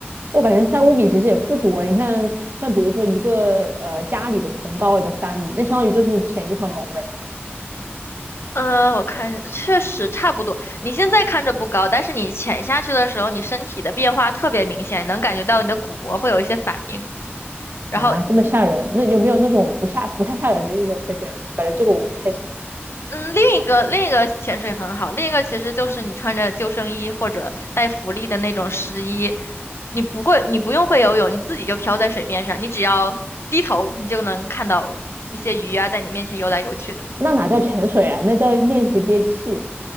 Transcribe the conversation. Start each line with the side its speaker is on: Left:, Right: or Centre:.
Right: 我感觉三五米其实也不多。你看，像比如说一个呃家里的层高也就三米，那相当于就是浅一层楼呗。
Left: 呃，我看确实差不多。你现在看着不高，但是你潜下去的时候，你身体的变化特别明显，能感觉到你的骨骼会有一些反应。然后，
Right: 啊，这么吓人？那有没有那种不吓不太吓人的运动推荐？我感觉这个我不太行。
Left: 嗯，另一个另一个潜水很好，另一个其实就是你穿着救生衣或者带浮力的那种湿衣，你不会，你不用会游泳，你自己就飘在水面上，你只要低头，你就能看到那些鱼啊在你面前游来游去的。
Right: 那哪叫潜水啊？那叫练习憋气。